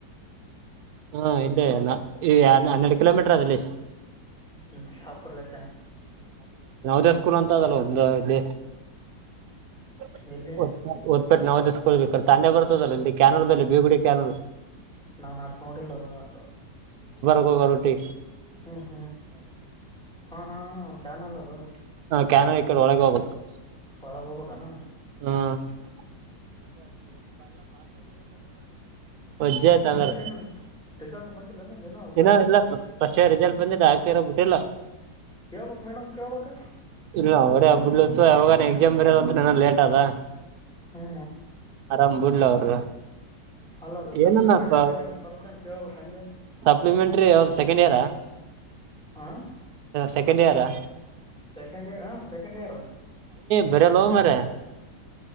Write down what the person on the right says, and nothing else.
ಹಾ ಇೇ ನಾ ಈ ಹನ್ ಹನ್ನೆರಡು ಕಿಲೋಮೀಟರ್ ಅದ ಸ್
ದ ಸ್ಕೂಲ್ ಅಂತಲ್ಲ ಒಂದು ಇಲ್ಲಿ <unintelligible>
<unintelligible> ನವದ ಸ್ಕ ತಂದೆ ಬರ್ತದಲ್ಲ ಇಲ್ಲಿ ಕ್ಯಾನಲ್ ಬೆೇ ಬೀಗುಡಿ ಕ್ಯಾನಲ್
<unintelligible> ಹ ಗ ಟಿ
ಕ್ಯನ ಈ <unintelligible> ಕಡೆ ಒಳಗೆ ಹೋಗಬೇಕು
<unintelligible> ವಜ್ಜಾಯ್ತಮೇ್ರ
ಇನ್ನೋ
ಇಲ್ಲ ಫಸ್ಟ್ ರಿಸಲ್ಟ್ ಬಂದಿದ್ದ <unintelligible> ರಬ ಬಿಟ್ಟೆಲ್ಲ
ಇಲ್ಲ ಅವ್ರೆ ಬಿಡ್ಲತ್ತು ಯಾವಾಗ ಎಕ್ಸಾಮ್ ಬರೋದಂತ ಏನ ಲೇಟ್ ಅದ
ಆರಾಮ್ ಬಿಡ್ಲ ಅವ ಹ
ಏನಪ್ಪ
ಸಪ್ಲಿಮೆಂಟ್ರಿ ಅವ ಸೆಕೆಂಡ್ ಇಯರಾ
ಸೆಕೆಂಡ್ ಇಯರಾ
ಬರಲ್ಲ ಹ ಮ್ರ